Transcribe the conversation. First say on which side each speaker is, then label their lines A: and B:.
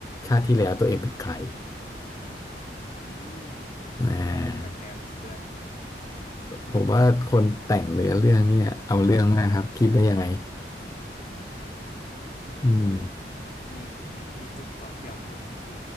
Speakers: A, on the left; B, on the left.
A: ชาติที่แล้วตัวเองเป็นใคร
B: อืม
A: นะ
B: อุ้ยแหวกแนวจริงด้วย
A: ผมว่าคนแต่งเนื้อเรื่องเนี่ยเอาเรื่องมากครับคิดได้ยังไง
B: ใช่ไหมมัน
A: อืม
B: มีมีมีจุดก่อเกี่ยวคือคือ